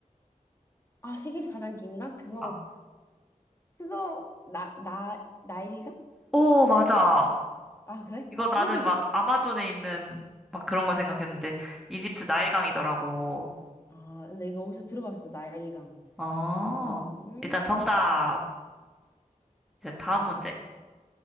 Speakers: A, on the left; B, in the centre.
A: 아, 세계에서 가장 긴가? 그거,
B: 아.
A: 그거, 나, 나, 나일강?
B: 오, 맞아.
A: 아, 그래?
B: 이거
A: 아,
B: 나는
A: 후.
B: 막 아마존에 있는 막 그런 거 생각했는데, 이집트 나일강이더라고.
A: 아, 근데 이거 어디서 들어봤어, 나일강.
B: 어,
A: 어, 음,
B: 일단 정답. 이제
A: 아싸.
B: 다음 문제.